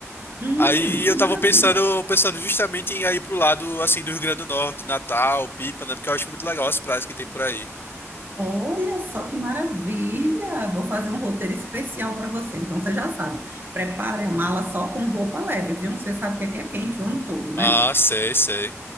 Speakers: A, on the right; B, on the left.
A: Hum,
B: Aí
A: que
B: eu
A: maravilha!
B: tava pensando, pensando justamente em ir pro lado assim do Rio Grande do Norte, Natal, Pipa, né? Porque eu acho muito legal as praias que tem por aí.
A: Olha só que maravilha! Vou fazer um roteiro especial para você. Então você já sabe, prepare a mala só com roupa leve, viu? Você sabe que aqui é quente o ano todo, né?
B: Ah, sei, sei.